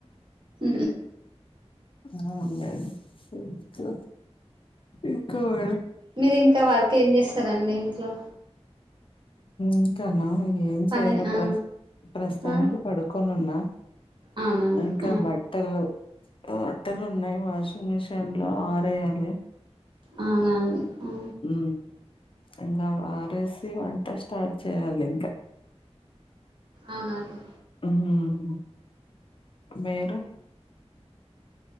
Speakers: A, on the right (about 45°); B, on the left (about 50°).
A: ఊ
B: ఆ ఉండండి. ఇంకా ఇంకా మేడం.
A: మీరు ఇంకా వర్క్ ఏం చేస్తారండి ఇంట్లో
B: ఇంకాన ఏం
A: పని
B: చెయలే
A: ఆ
B: ప్రస్ ప్రస్తుతానికి
A: ఆ
B: పడుకొని ఉన్నా.
A: అవునండి
B: ఇంకా
A: ఆ
B: బట్టలు ఆ బట్టెలు ఉన్నయి వాషింగ్ మిషిన్లో ఆరేయాలి.
A: అవునా అండి ఉ
B: ఉ ఇంగా అవి ఆరేసి వంట స్టార్ట్ చేయాలి ఇంకా.
A: అవునా అండి.
B: మ్మ్ మీరు?